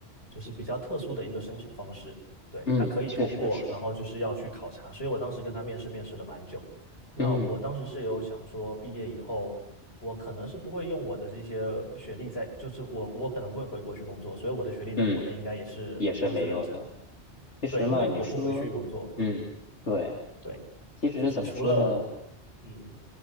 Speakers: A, on the left (about 60°); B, on the left (about 80°).
A: 就是比较特殊的一个申请方式。对，
B: 嗯，
A: 他可以通过，
B: 确实是。
A: 然后就是要去考察，所以我当时跟他面试，面试了蛮久。那我当时是有想说，
B: 嗯
A: 毕业以后我可能是不会用我的这些学历在，就是我我可能不会回国去工作，所以我的学历在国内应该也是不用去认真。
B: 嗯，也是没用的。其实嘛，
A: 对，因为我不回去工作，
B: 你说，嗯，对，
A: 对，
B: 其实怎么说呢，
A: 就是除了嗯，